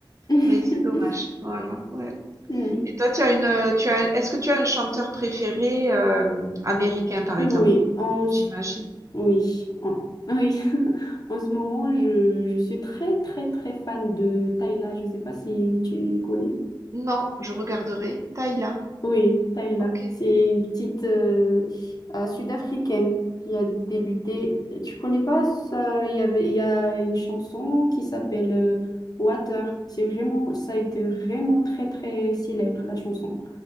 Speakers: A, on the left (about 45°); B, on the right (about 35°).
A: <laughs>
B: Mais c'est dommage. Voilà, ouais.
A: Mhm.
B: Et toi, tu as une, euh, tu as, un- est-ce que tu as un chanteur préféré, euh, américain, par
A: Oui.
B: exemple?
A: Oui.
B: J'imagine.
A: Oui, en, <laughs> oui. En ce moment, je, je suis très, très, très fan de Tayla. Je ne sais pas si tu connais.
B: Non, je regarderai. Taïla.
A: Oui, Tayla.
B: OK.
A: C'est une petite euh, euh, sud-africaine qui a débuté. Tu connais pas ça? Il y avait, il y a une chanson qui s'appelle euh, Water. C'est vraiment, ça a été vraiment très, très célèbre, la chanson.